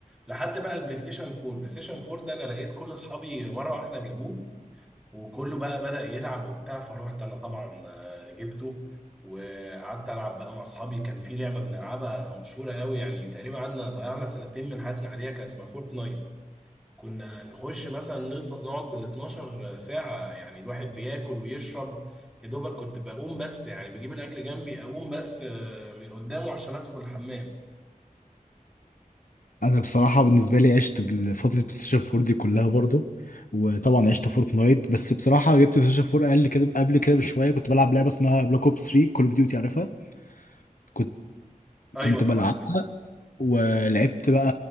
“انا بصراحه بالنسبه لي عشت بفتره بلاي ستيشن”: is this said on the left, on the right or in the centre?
Left